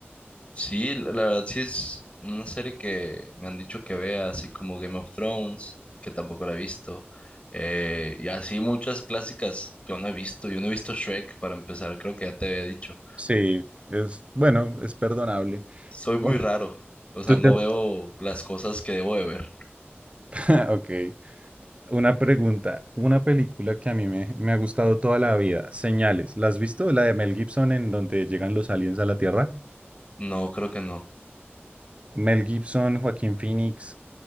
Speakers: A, on the left; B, on the right.
A: Sí, la la verdad sí es una serie que me han dicho que vea, así como Game of Thrones, que tampoco la he visto, eh, y así muchas clásicas que yo no he visto. Yo no he visto Shrek para empezar, creo que ya te había dicho.
B: Sí, es bueno, es perdonable.
A: Soy muy
B: Bueno,
A: raro, o sea,
B: tú
A: no
B: te-
A: veo las cosas que debo de ver.
B: <laughs> Ok, una pregunta. Una película que a mí me, me ha gustado toda la vida, Señales. ¿La has visto? La de Mel Gibson en donde llegan los aliens a la Tierra.
A: No, creo que no,
B: Mel Gibson, Joaquín Phoenix,